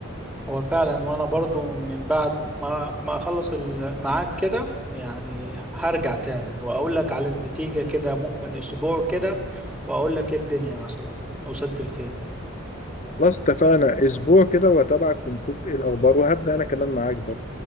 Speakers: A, in the centre; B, on the left.
A: هو فعلا وأنا برضو من بعد ما ما أخلص ال- معاك كده يعني هرجع تاني وأقول لك على النتيجة كده ممكن أسبوع كده وأقول لك إيه الدنيا مثلا وصلت لفين
B: خلاص اتفقنا اسبوع كده واتابعك ونشوف ايه الاخبار وهبدا انا كمان معاك برضه